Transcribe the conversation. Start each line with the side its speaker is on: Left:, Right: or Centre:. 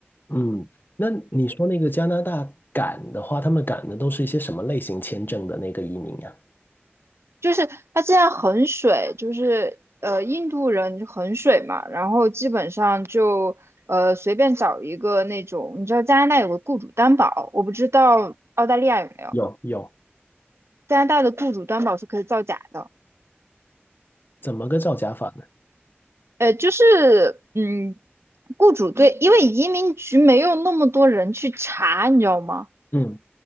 Left: 嗯，那你说那个加拿大赶的话，他们赶的都是一些什么类型签证的那个移民呀？
Right: 就是他现在很水，就是呃印度人很水嘛，然后基本上就呃随便找一个那种，你知道加拿大有个雇主担保，我不知道澳大利亚有没有。
Left: 有有，
Right: 加拿大的雇主担保是可以造假的。
Left: 怎么个造假法呢？
Right: 呃，就是嗯，雇主对，因为移民局没有那么多人去查，你知道吗？
Left: 嗯，